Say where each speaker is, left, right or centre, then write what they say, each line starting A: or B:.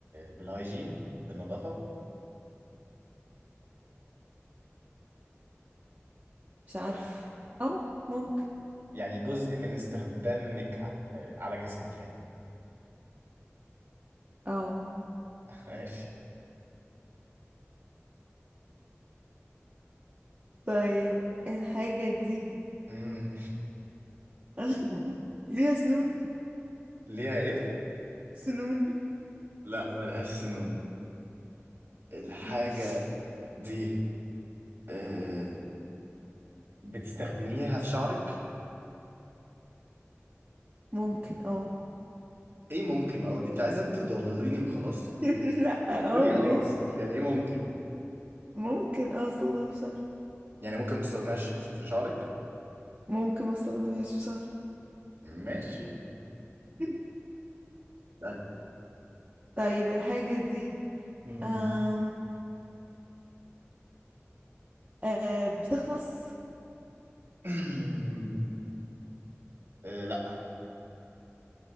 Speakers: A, on the right; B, on the right.
A: بالهايجين بالنظافة
B: مش عارف
A: ولا
B: او ممكن
A: يعني جزء من استخدامك ع- على جسمك يعني
B: او
A: <laughs> ماشي
B: طيب الحاجة دي
A: أمم،
B: <laughs> ليها سنون
A: ليها ايه؟
B: سنون
A: لا ملهاش سنون الحاجة
B: ماشي
A: دي آه، بتستخدميها في شعرك؟
B: ممكن اه
A: ايه ممكن اه دي انت عايزة تضلليني وخلاص
B: <laughs> لا اه
A: قولي
B: ماشي
A: اه يعني ايه ممكن؟
B: ممكن اه استخدمها في شعري
A: يعني ممكن ما تستخدمهاش في شعرك؟
B: ممكن ما استخدمهاش في شهري
A: ماشي
B: <laughs>
A: لا
B: طيب الحاجة دي
A: أمم.
B: أم... أه بتخلص
A: <clears throat> آه، لا